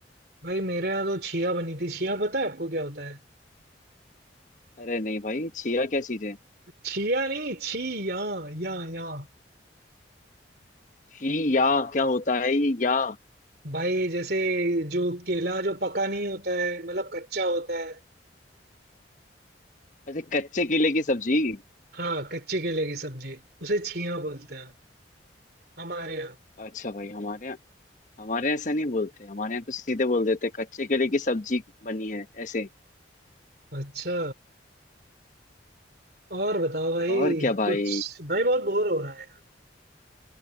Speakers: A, on the right; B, on the left.
A: भाई मेरे यहाँ तो छिया बनी थी छिया पता है आपको क्या होता है
B: अरे नहीं भाई छिया क्या चीज है
A: छिया नहीं छी या या या
B: छी या क्या होता है ये या
A: भाई जैसे जो केला जो पका नहीं होता है मतलब कच्चा होता है
B: ऐसे कच्चे केले की सब्जी
A: हाँ कच्चे केले की सब्जी उसे छिया बोलते हैं हमारे यहाँ
B: अच्छा भाई हमारे यहाँ हमारे यहाँ ऐसा नहीं बोलते हमारे यहाँ तो सीधे बोल देते हैं, कच्चे केले की सब्जी बनी है ऐसे
A: अच्छा और बताओ भाई
B: और क्या भाई
A: कुछ भाई बहुत बोर हो रहा है यार